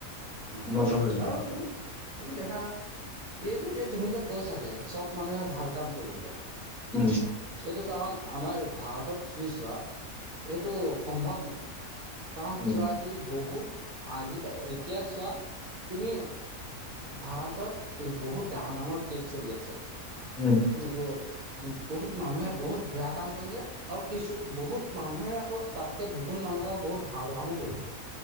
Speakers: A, on the right (about 75°); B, in the centre.
A: উ
B: উন্নত হৈ যাব
A: আৰু তম তুমি দেখা এইটো যে তুমি যে কৈছা যে চব মানুহে ভাল কাম কৰিবলৈ
B: উম।
A: এইটো কাৰণ আমাৰ ভাৰতত তুমি চোৱা এইটো সম্ভৱ নহয়। কাৰণ
B: উম,
A: চোৱা তুমি বহুত আজি এতিয়া চোৱা তুমি ভাৰতত এই বহুত ডাঙৰ ডাঙৰ কেছ চলি আছে
B: উম,
A: এইবৌ বহুত মানুহে বহুত বেয়া কাম কৰিছে আৰু কিছু বহুত মানুহে আকৌ তাতকে দু গোন মানুহে আকৌ বহুত ভাল কামো কৰিছে।